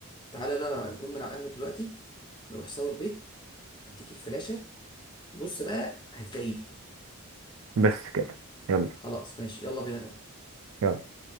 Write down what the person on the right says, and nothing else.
بس كده يلا
يلا